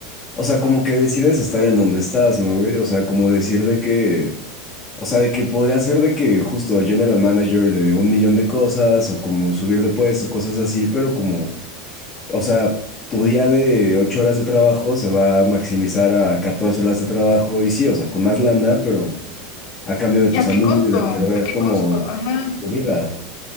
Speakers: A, on the left; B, on the left.
A: o sea, como que decides estar en donde estás, ¿no, güey? O sea, como decir de que O sea, de que podría ser de que justo general manager de un millón de cosas o como subir de puesto, cosas así, pero como, o sea, tu día de ocho horas de trabajo se va a maximizar a 14 horas de trabajo y sí, o sea, con más lana, pero a cambio de
B: ¿y
A: tu
B: a
A: salud
B: qué costo?
A: y de
B: ¿A
A: perder
B: qué
A: como
B: costo? Ajá.
A: tu vida.